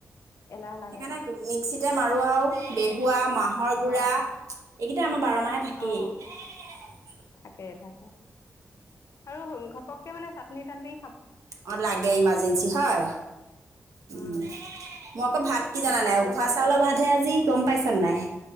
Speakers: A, on the left; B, on the right.
A: এলাহ লাগে
B: সেইকাৰণে মিক্সিতে মাৰো আৰু বেহুৱা, মাহৰ গুৰা
A: অঁ
B: এইকেইটা আমাৰ বাৰম সোমাই থাকেই।
A: অঁ থাকে থাকে। আৰু ঘপককে মানে চাটনি তাতনি
B: অ লাগে ইমাৰ্জেঞ্চি হয় উ
A: উম
B: মই আকৌ ভাত কি জানা
A: নহ'লেও
B: নাই উখোৱা
A: নচলে
B: চাউলৰ ভাতহে আজি গম পাইছা নাই